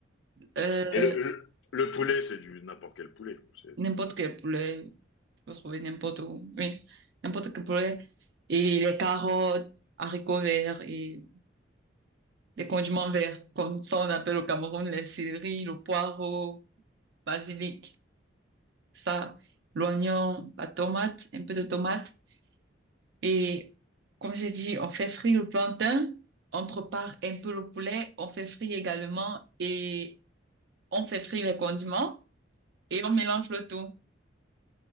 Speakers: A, on the right; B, on the left.
A: euh,
B: Et le, le, le poulet, c'est du n'importe quel poulet. C'est-
A: n'importe quel poulet, tu peux trouver n'importe où. Oui, n'importe quel poulet. Et les carottes, haricots verts et les condiments verts, comme ça on appelle au Cameroun les céleri, le poireau, basilic, ça, l'oignon, la tomate, un peu de tomate. Et comme j'ai dit, on fait frire le plantain, on prépare un peu le poulet, on fait frire également et on fait frire les condiments et on mélange le tout.